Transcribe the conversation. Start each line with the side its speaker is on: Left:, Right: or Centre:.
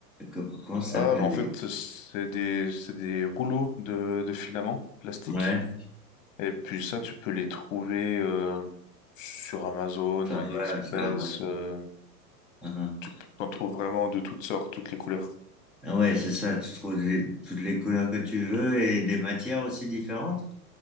Centre: Co- Comment ça
Left: Ah,
Centre: s'appelle
Left: bah, en
Centre: les...
Left: fait, c'est des, c'est des rouleaux de, de filaments plastiques.
Centre: Ouais,
Left: Et puis ça, tu peux les trouver euh, sur Amazon,
Centre: ça,
Left: AliExpress.
Centre: ouais, sur Amazon.
Left: euh,
Centre: Ah, ah.
Left: tu peux- t'en trouves vraiment de toutes sortes, toutes les couleurs.
Centre: Ah ouais, c'est ça, tu trouves des- toutes les couleurs que tu veux et des matières aussi différentes?